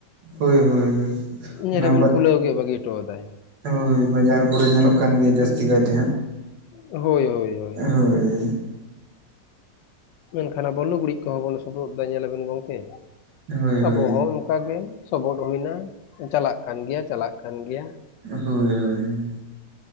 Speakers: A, on the right (about 75°); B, on the left (about 80°).
A: ᱦᱳᱭ ᱦᱳᱭ
B: ᱧᱮᱞᱮᱵᱤᱱ
A: ᱚᱱᱟ
B: ᱠᱷᱩᱞᱟᱣ ᱜᱮ ᱵᱟᱹᱜᱤ ᱦᱚᱴᱚᱣᱟᱫᱟᱭ᱾
A: ᱦᱳᱭ ᱵᱟᱡᱟᱨ ᱠᱚᱨᱮ ᱧᱮᱞᱚᱜ ᱠᱟᱱ ᱜᱮᱭᱟ ᱡᱟᱹᱥᱛᱤ ᱠᱟᱭ ᱛᱮᱦᱟᱸᱜ᱾
B: ᱦᱳᱭ ᱦᱳᱭ ᱦᱳᱭ
A: ᱦᱳᱭ
B: ᱢᱮᱱᱠᱷᱟᱱ ᱟᱵᱚ ᱞᱩᱜᱽᱲᱤᱡ ᱠᱚᱦᱚᱸ ᱵᱚᱱ ᱥᱚᱵᱚᱫᱽ ᱫᱟ ᱧᱮᱞᱟᱵᱚᱱ ᱜᱚᱝᱠᱮ
A: ᱦᱳᱭ
B: ᱟᱵᱚ
A: ᱦᱳᱭ
B: ᱦᱚᱸ ᱚᱱᱠᱟᱜᱮ᱾ ᱥᱚᱵᱚᱴᱚᱜ ᱦᱩᱭ ᱱᱟ ᱪᱟᱞᱟᱜ ᱠᱟᱱ ᱜᱮᱭᱟ ᱪᱟᱞᱟᱜ ᱠᱟᱱ ᱜᱮᱭᱟ
A: ᱦᱳᱭ ᱦᱳᱭ